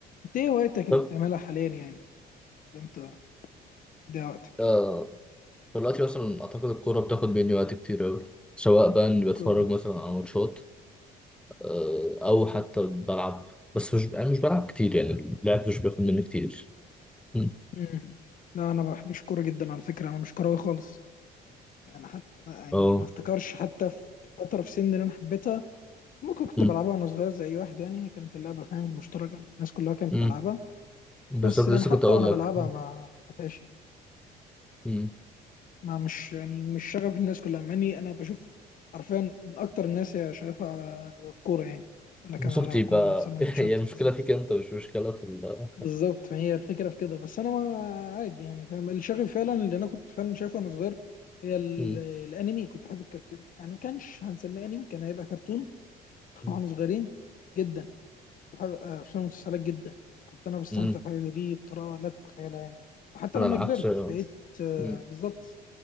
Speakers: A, on the left; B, in the centre.
A: انت ايه هوايتك اللي
B: طب
A: بتعملها حاليا يعني اللي انت بتضيع وقتك
B: آه دلوقتي مثلا أعتقد الكورة بتاخد مني وقت كتير أوي سواء بقى إني بتفرج
A: كورة
B: مثلا على ماتشات آه أو حتى بلعب بس مش أنا مش بلعب كتير يعني اللعب مش بياخد مني كتير مم.
A: مم. لا انا ما بحبش كورة جدا على فكرة انا مش كروي خالص يعني حتى يعني
B: أه
A: ما افتكرش حتى في فترة في سن اللي انا حبيتها ممكن كنت
B: مم.
A: بلعبها وانا صغير زي أي واحد يعني هي كانت اللعبة فاهم مشتركة الناس كلها كانت
B: مم.
A: بتلعبها
B: بالظبط
A: بس يعني
B: لسه
A: حتى
B: كنت أقول
A: وانا
B: لك
A: بلعبها ما حبيتهاش يعني
B: مم.
A: ما مش يعني مش شغف الناس كلها مع اني انا بشوف حرفيا من اكتر الناس هي شغفها الكورة يعني ولا كان
B: بالظبط
A: على الكورة
B: يبقى
A: انا بسمع
B: <laughs>
A: ماتشات
B: هي المشكلة
A: بالظبط
B: فيك أنت مش مشكلة في ال
A: بالظبط ما هي الفكره في كده بس انا ما عادي يعني فاهم اللي شغف فعلا اللي انا كنت فعلا شايفه وانا صغير هي ال-
B: مم.
A: الانمي كنت احب الكرتون يعني ما كانش هنسميه انمي كان هيبقى كرتون <laughs>
B: مم.
A: واحنا صغيرين جدا بحب افلام المسلسلات جدا كنت انا بستمتع
B: مم.
A: بحاجه زي دي بطريقه لا تتخيلها يعني وحتى
B: أنا
A: لما
B: العكس
A: كبرت بقيت آه،
B: مم.
A: بالظبط